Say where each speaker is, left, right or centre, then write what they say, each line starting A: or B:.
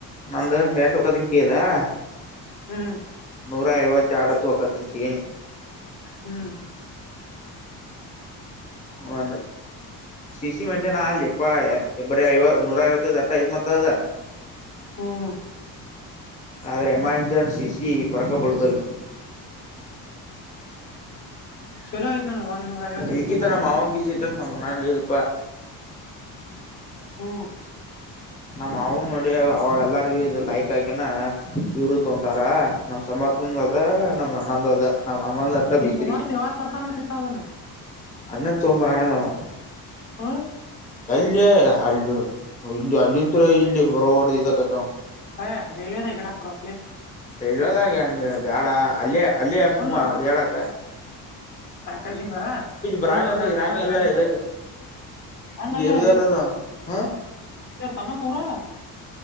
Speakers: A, on the left (about 20°); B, on the left (about 45°).
A: ನಂದು ಟುಕ್ಕದಂ ಕದಾ <unintelligible>
B: ಹ್ಮ್
A: ನೋರ ಐವತ್ತೆರಡುತ್ತು ಕತ್ಲಿಚೈನ್.
B: ಹ್ಮ್.
A: ಒಂದ. ಸಿಸಿ ಮೆಂಜೆನ ಅಲ್ಲಿ ಎಪ್ಪಾ ಬರ ಐವ ನೂರ ಐವತ್ತೈದು ಅಟ್ಟ ಐತ್ ಮತ್ತದ.
B: ಹ್ಮ್.
A: ಆದರೆೆ ಅಮ್ಯಾಂಜಾನ್ ಸಿಸಿ ಪರಕಬಡುದಲ್ಲ.
B: ಚಲೋ ಐತ್ ನೋಡ ಒಂದ್ ನೂರ ಐವತ್ ಸಿಸಿ
A: ಈಗಿತ
B: ಹ್ಮ್
A: ನಮ್ಮ ಮಾವನ್ ಗೀಸಐತಂತ ನಮ್ಮ ನಾನ್ ಹೇಳಿದಪ್ಪ.
B: ಹ್ಮ್.
A: ನಮ ಅವನ್ ನೋಡಿ ಅವಾಗೆಲ್ಲರಿಗೂ ಇ ಲೈಕ್ ಆಗ್ಯನಾ. ಇವರು ತೊಂದಾರ ನಮ್ ಸಮರ್ಥನ್ದ ಅದ ನಮ್ ಆನಂದ ಅದ. ನಮ್ಮ ಅಮ್ಮಂದ ಅಟ
B: ನಿಮ್
A: ಬತ್ರಿ.
B: ಸಮರ್ಥ ಯಾವಾಗ ತರ್ತಾನ ಮತ್ತಿತ್ತ ಅದನ್ನ
A: ಅನ್ನ ತೋಂಬರ ಆಲ್ಲಾಮ.
B: ಹ.
A: ಇಲ್ಲ ಅಲ್ಲಿ ಇ ಅಲ್ಲಿತ್ ಇಲ್ಲಿ ಬರ ಇದಕತ.
B: ಹಯ ರೇಲ್ವೆದ ಈಗ ಡಾಕರಾವತಲಿ.
A: ಇದಾಗ ಹಂಗ ಬ್ಯಾಡ ಅಲ್ಲೇ ಅಲ್ಲೇ
B: ಫುಲ್
A: ಸುಮ್ಮ ಹೊಡದ್ಯಾಡಕ್ಕ.
B: ಕಸಂಗ ಫುಲ್ಲು
A: ಬರಂಗಲ್ಲ
B: ರೊಟ್ಟ
A: ಇರಂಗಲ್ಲ
B: ಬೆಂಡ.
A: ಇದಕ್
B: ಹಂಗಲ್ಲ
A: ಇಲ್ಲಿ ಇರುದಲ್ಲಲ್ಲ ಹ
B: ಇರ್ತಾನ ಪೂರಾ <unintelligible>